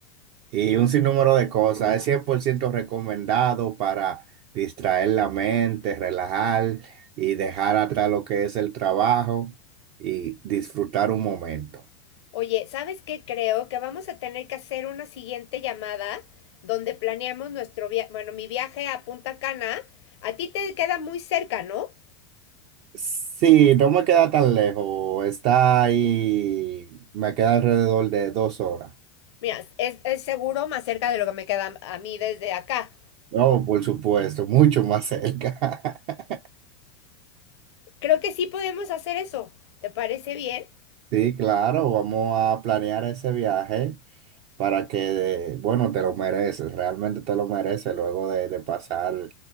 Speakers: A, on the right; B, on the left.
A: Y un sinnúmero de cosas. Es 100% recomendado para distraer la mente, relajar y dejar atrás lo que es el trabajo y disfrutar un momento.
B: Oye, ¿sabes qué? Creo que vamos a tener que hacer una siguiente llamada donde planeamos nuestro viaje, bueno, mi viaje a Punta Cana. A ti te queda muy cerca, ¿no?
A: Sí, no me queda tan lejos. Está ahí, me queda alrededor de dos horas.
B: Mira, es, es seguro más cerca de lo que me queda a mí desde acá.
A: No, por supuesto, mucho más cerca. <laughs>
B: Creo que sí podemos hacer eso. ¿Te parece bien?
A: Sí, claro, vamos a planear ese viaje. para que, bueno, te lo mereces, realmente te lo mereces luego de, de pasar